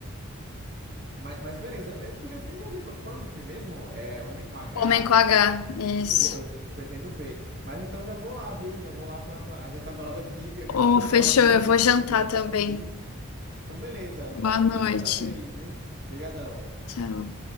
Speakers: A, on the right (about 45°); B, on the left (about 85°).
A: Mas, mas beleza. É, Inclusive, eu também vou ver. Qual qual é o nome do filme mesmo? É Homem com H?
B: Homem com
A: Como
B: H,
A: é que é?
B: isso.
A: Eu vou, eu pretendo ver. Mas então já vou lá, viu? Já vou lá pra, pra adiantar meu lado aqui. porque É muita
B: Oh,
A: coisa
B: fechou,
A: pra ouvir,
B: eu vou
A: né?
B: jantar
A: Coisa pra
B: também.
A: assistir. Então, beleza, Luana.
B: Boa
A: Beleza.
B: noite.
A: Prazer aí, viu? Obrigadão.
B: Tchau.